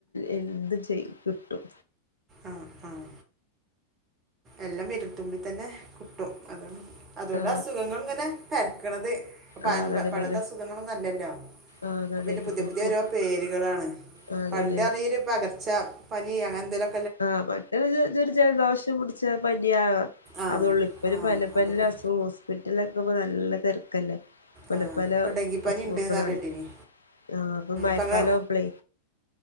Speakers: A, on the left; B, on the right.
A: എന്തും ചെയ് കിട്ടും
B: ആഹ ആഹ എല്ലാം വിരൽത്തുമ്പിൽ തന്നെ കിട്ടും അത അതുകൊണ്ട്‌
A: ആ
B: അസുഖങ്ങൾ ഇങ്ങനെ പെര്ക്ക്ണത് പഴബ
A: ആ അതാണ്
B: പണ്ടത്തെ
A: പറഞ്ഞെ
B: അസുഖങ്ങളൊന്നുല്ലല്ലോ
A: ആഹ് അതാണ്
B: ഇപ്പൊ പിന്നെ
A: ബുദ്ധിമുട്ട്
B: പുതിയ പുതിയ ഓരോ പേരുകളാണ്
A: ആഹ് അതാണ്
B: പണ്ട് ആ പേര് പകർച്ച ഇ അങ്ങനെന്തേലോ
A: ആഹ് പെട്ടെന്ന് ഒര് ജലദോഷം പുട് <unintelligible>
B: ആ
A: അതുള്ളു ഇപ്പന
B: ആ
A: പല പല
B: അതൊക്കെ
A: അസുഖം ഹോസ്പിറ്റലക്കുമ്പോ നല്ല തിരക്കല്ലേ പല
B: ആ
A: പല
B: ഇപ്പം ഡെങ്കിപ്പനി
A: അസുഖങ്ങളാണ്
B: ഉണ്ട് എന്ന് പറഞ്ഞിട്ടിനി
A: ആഹ് അപ്പൊ മഴക്കാലം
B: പറഞ്ഞ
A: ആവുമ്പളേ